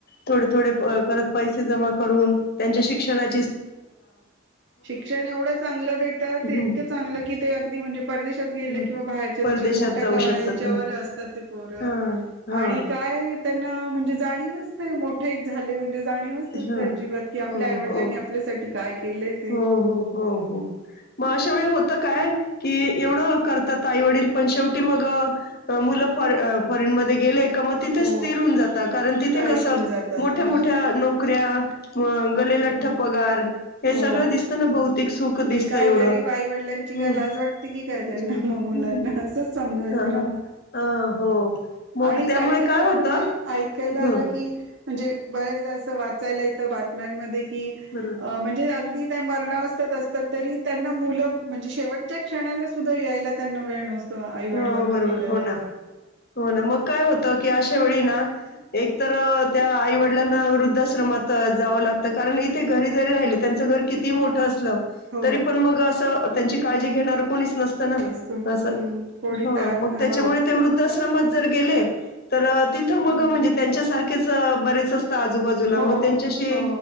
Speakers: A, on the left; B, on the right.
A: थोडे थोडे पैसे जमा करून त्यांच्या शिक्षणा
B: शिक्षण एवढं चांगलं देतात
A: हं
B: इतकं चांगलं की ते अगदी म्हणजे परदेशात गेले
A: हं
B: किंवा बाहेरच्या
A: परदेशात
B: देशात मोठ्या
A: जाऊ
B: कॉलेच्यावर
A: शकतात.
B: असतात ते खरं
A: हा हा
B: आणि काय- त्यांना म्हणजे जाणीवच नाही मोठे झाले जाणीवच नसते
A: हा
B: अजिबात की आपल्या
A: हो
B: आईवडालांनी
A: हो.
B: आपल्यासाठी केलंय ते
A: हो हो हो हो मग अशा वेळी होत काय की एवढ करतात आई वडील पण शेवटी मग मुले फॉरेनमध्ये गेले का मग तिथे
B: हो
A: स्थिर होऊन जातात कारण तिथे
B: स्थायिक
A: कसं
B: होऊन जातात
A: मोठे
B: हो
A: मोठे नोक क्रिया म गलेलठ्ठ
B: हम्म
A: पगार हे
B: हो
A: सगळं दिसतं ना भौतिक सुख दिसतं
B: ते काय
A: एवढं
B: गरीब आई वडिलांची
A: हम्म
B: काय लाज
A: त्यांच्याने
B: वाटते की काय त्यांना मग मुलांना असंच समजायचं
A: हा
B: ना
A: हा
B: मग
A: हा हो मग
B: आणि
A: त्यामुळे
B: काही
A: काय
B: तर
A: होतं
B: म्हणजे ऐकायला
A: हम्म
B: आलं की म्हणजे बऱ्याचदा असं वाचायला येत बात म्यान मधे की
A: बरोबर.
B: म्हणजे अगदी अगदी त्या मरणावस्थात असतात तरी त्यांना मुलं म्हणजे शेवटच्या क्षणाला सुद्धा यायला त्यांना वेळ नसतो. आई वडिलांना
A: हा बरोबर
B: हे करायला
A: हो ना, हो ना, मग काय होत की अशा वेळी ना एक तर त्या आईवडिलांना वृद्धाश्रमात जाव लागत कारण इथे घरी जरी राहिलं, त्याचं घर कितीही मोठं असलं
B: हो
A: तरी पण मग असं त्यांची काळजी घेणार कोण कोणीच नसतं ना
B: असतो हम्म
A: असं.
B: कोणी
A: हा
B: त्यात
A: मग
B: हा
A: त्यांच्यामुळे ते वृद्ध आश्रम मधे जर गेले तर तिथं
B: हम्म
A: मग म्हणजे त्यांच्यासारखे ते बरेच अस आजूबाजूला
B: हो
A: मग त्यांच्याशी
B: हो